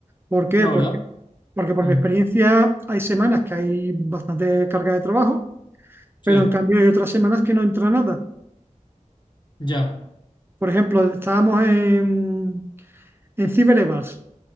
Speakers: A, on the right; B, on the left.
A: ¿Por qué?
B: No,
A: Porque
B: ¿verdad?
A: Porque por
B: Mm,
A: mi experiencia hay semanas que hay bastante carga de trabajo,
B: sí,
A: pero en cambio hay otras semanas que no entra nada.
B: ya.
A: Por ejemplo, estábamos en, en CyberEvals,